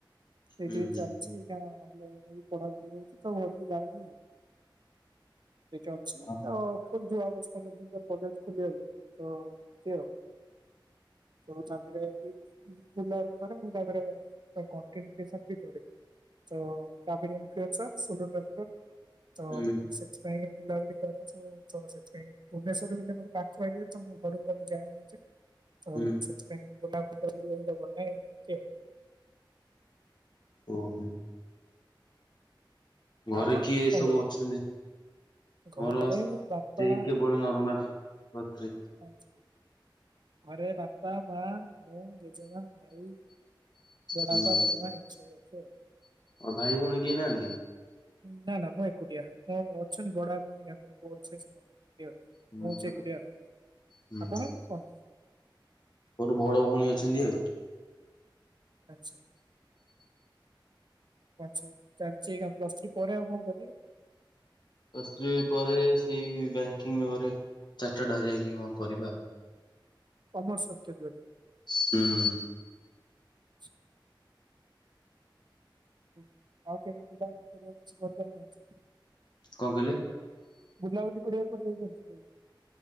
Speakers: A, on the right; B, on the left.
A: ସେଇଠି
B: ହୁଁ ହୁଁ
A: ଚାଲିଛି। ଆଜ୍ଞା ଅନଲାଇନ ରେ ବି ପଢାପଢି ହଉଛି ତ ଘରକୁ ଯାଇନି ଆଉ। ସେଇଟା ଅଛି
B: ଓହୋ
A: ଆ ଖୋଲି ଯିବ ଆଉ ଦଶ ପନ୍ଦର ଦିନ ପରେ। କଲେଜ ଖୋଲିଗଲେ ତ ଦେ ତ ତାହରେ ବି ବୁଲାବୁଲି କରେ ମୁଁ ତାରେ କଣ୍ଟେନ୍ କ୍ରୀୟସନ୍ ବି କରେ। ତ କାବେର ମ ଫ୍ରିନ୍ସର ସୋଲୋ ଟ୍ରାଭେଲର। ତ
B: ହୁଁ
A: ସେଥିପାଇଁ ବୁଲାବୁଲି କରେ ସବୁ ତ ସେଥିପାଇଁ ଭଲେଶରରୁ ରହିଲେ ମତେ ପାଖ ହେଇଯାଏ ତ ମୁଁ ଘରକୁ କେବେ ଯାଏ ନାହିଁ ଯେ ତ
B: ହୁଁ
A: ସେଥି ପାଇଁ ବୁଲାବୁଲି କର ବନହିଁ ଏମିତି ଆଉ।
B: ଓହୋ। ଘରେ
A: ଆପଣ
B: କିଏ ଏ
A: କଣ
B: ସବୁ
A: କରନ୍ତି?
B: ଅଛନ୍ତି
A: ଘରେ
B: ମୋର ସେଇ
A: ବାପା
B: କେବଳ ନର୍ମାଲ। ପତ୍ରୀ।
A: ଆଚ୍ଛା। ଘରେ ବାପା, ମା, ମୁଁ, ଜେଜେମା, ଭାଇ। ବଡ଼ାପା,
B: ହୁଁ
A: ବଡ ମା ଏମିତି ସବୁ ଅଛୁ ଆଉ।
B: ଆଉ ଭାଇ ଭଉଣୀ କେହି ନାହାନ୍ତି?
A: ନା ନା ମୁଁ ଏକୁଟିଆଁ ଅଛନ୍ତି ବଡ ପାଇଁ ପୁଅ ଅଛ ସେମାନେ। ମୁଁ
B: ହୁଁ
A: ହଉଛି ଏକୁଟିଆ ଆଉ
B: ହୁଁ
A: ଆପଣଙ୍କ କଣ?
B: ମୋର ଭଡ ଭଉଣୀ ଅଛନ୍ତି ଆଉ।
A: ଆଚ୍ଛା। କ ଚାଲିଛି ଏଇଁଖ ପ୍ଲସ୍ଥ୍ରୀ ପରେ ଆଉ କଣ କରିବେ?
B: ପ୍ଲସ ଥ୍ରି ପରେ ସେଇ ବ୍ୟାଙ୍କିଙ୍ଗ ଭାବରେ ଚାରିଟା ଡରି ଆଇକି କଣ କରିବା?
A: କମର୍ସ ରଖିଛନ୍ତି ବୋଧେ?
B: ହୁଁ।
A: <inaudible> ହ ଆଉ କେଠି ବୁଲାବୁଲି କରିବା କିଛି କରିଦେଇନାହିଁ?
B: କଣ କହିଲେ?
A: ବୁଲାବୁଲି କରିବାକୁ କୁଆଡେ ଯାଇଛନ୍ତି ସବୁ?